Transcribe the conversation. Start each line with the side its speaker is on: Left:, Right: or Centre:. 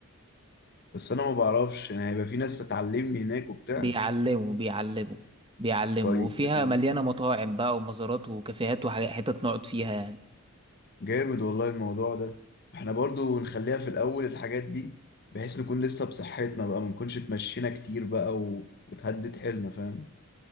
Left: بس أنا ما بعرفش يعني هيبقى في ناس هتعلمني هناك وبتاع
Right: بيعلموا بيعلموا بيعلموا
Left: طيب
Right: وفيها
Left: حلو
Right: مليانة مطاعم بقى ومزارات وكافيهات وحتت نقعد فيها يعني
Left: جامد والله الموضوع ده إحنا برضو نخليها في الأول الحاجات دي بحيث نكون لسه بصحتنا بقى ما نكونش اتمشينا كتير بقى و... وتهدد حيلنا فاهم